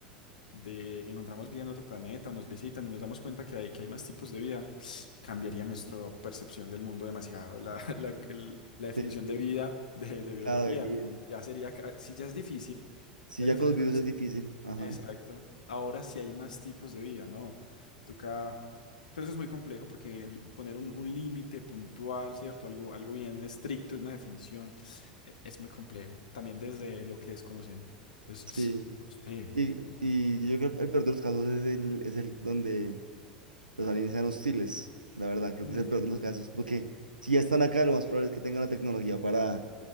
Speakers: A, on the left; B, on the right.
A: de que encontramos vida en otro planeta o nos visitan y nos damos cuenta que hay, que hay más tipos de vida, <sniffs> cambiaría nuestra percepción del mundo demasiado. La, <laughs> la, el- la definición
B: Sí, sí,
A: de vida de, de biología
B: claro, de vida.
A: ya sería, ca- si ya es difícil,
B: Sí,
A: ya
B: ya
A: es difícil
B: con los virus es difícil. Ajá.
A: Exacto. Ahora sí hay más tipos de vida, ¿no? Toca. Todo eso es muy complejo porque el poner un, un límite puntual, ¿cierto? Algo, algo bien estricto, una definición, e- es muy complejo. También desde lo que desconocemos. Entonces,
B: Sí.
A: no sé,
B: Y,
A: no sé.
B: y yo creo que el peor de los casos es el, es el donde los aliens sean hostiles. La verdad, creo
A: Mm,
B: que es el peor de los casos. Porque si ya están acá, lo más probable es que tengan la tecnología para,